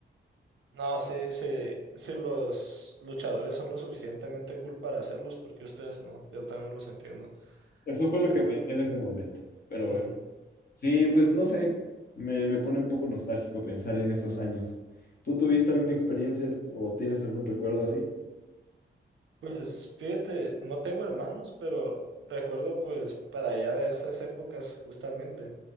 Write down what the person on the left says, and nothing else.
Eso fue lo
que pensé en ese momento, pero
bueno. Sí, pues no sé, me, me pone un poco nostálgico pensar en esos años. ¿Tú tuviste alguna experiencia o tienes algún recuerdo así?